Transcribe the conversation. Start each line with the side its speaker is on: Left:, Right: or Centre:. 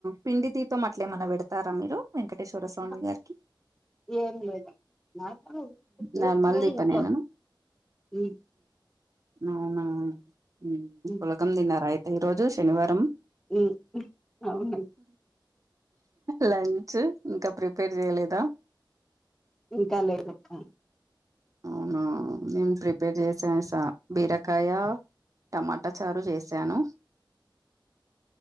Right: పిండి దీపం అట్లా ఏమన్నా పెడతారా మీరు. వెంకటేశ్వర స్వామి
Centre: ఆహా,
Right: గారికి
Centre: ఏం లేదు నాకు చేసుకోలేదు
Right: నార్మల్ దీపం
Centre: ఇంట్లో
Right: పనేననా
Centre: ఉమ్,
Right: అవునా ఉ
Centre: ఉమ్,
Right: పులగం తిన్నారా అయితే ఈ రోజు శనివారం.
Centre: ఉ అవును
Right: లంచు ఇంకా ప్రిపేర్ జేయలేదా
Centre: ఇంకా లేదక్కా
Right: అవునా నేన్ ప్రిపేర్ చేసేసా బీరకాయా టమ టచారు చేశాను